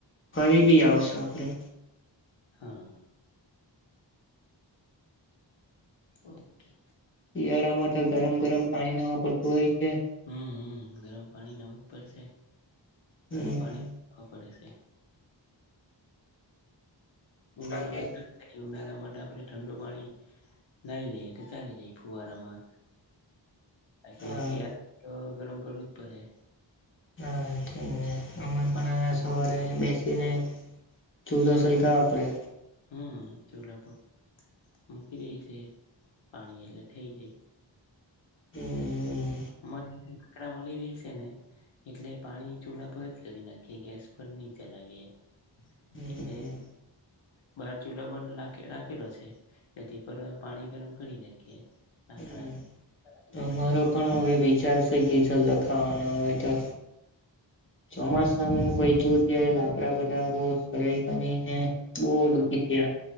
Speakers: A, on the left (about 25°); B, on the left (about 80°).
A: ફરી બી આવશું આપડે.
B: હા. ઓકે
A: શિયાળામાં તો ગરમ ગરમ પાણી નવા પડતું હોય છે
B: હમ્મ હમ્મ ગરમ પાણી નાવું જ પડશે
A: હમ
B: ગરમ પાણી અ પડે છે. ઉનારા
A: બાકી
B: મા <unintelligible> ઉનાળામાં તો આપણે ઠંડુ પાણી નાઈ લઈ એટલે ચાલી જાય ફુવારામાં. <unintelligible>
A: હા
B: ગરમ કરવું જ પડે
A: હા ઠીક હે. અમે પણ સવારે બેસીને <unintelligible> <unintelligible> આપડે.
B: હમ્મ ચૂલાપર મૂકી દઈ છે પાણી એટલે થઈ જાય
A: હમ્મ.
B: <unintelligible> આકરા મળી રહી શે ને એટલે પાણી ચૂલા પર જ કરી નાખીએ ગેસ પર નહી ચલાવીએ.
A: હમ્મ
B: એટલે
A: હમ્મ.
B: બહાર ચૂલો પણ રાખેલો છે. એથી પર પાણી ગરમ કરી નાખીએ.
A: <unintelligible>
B: લાકડા ઘરના.
A: અમારો પણ હવે ચાલસે જે છેલ્લે થાઈએ તે. ચોમાસામાં પે ત્યારે લાકડા બધા <inaudible> કરીને બહુ
B: હા,
A: દુઃખી થયા